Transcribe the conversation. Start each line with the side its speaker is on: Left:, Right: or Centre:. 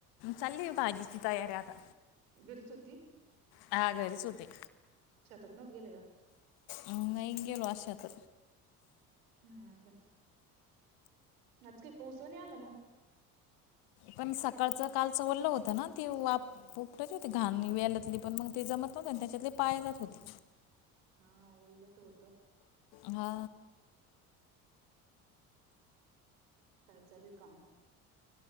Left: चालली भाजीची तयारी आता.
Right: घरीच होती.
Left: हा घरीच होते.
Right: सातत नत गेले का.
Left: नाही गेलो अशात
Right: हा का आज काही पाऊस णी आलं ना.
Left: पण सकाळच कालचं वरलं होत, ना ती वा पपटाची होती घाण वेलातली पण मग ते जमत. त्याच्यातले पाय जात होते.
Right: हा ओोलल त होत.
Left: हा.
Right: काय चालू हे काम.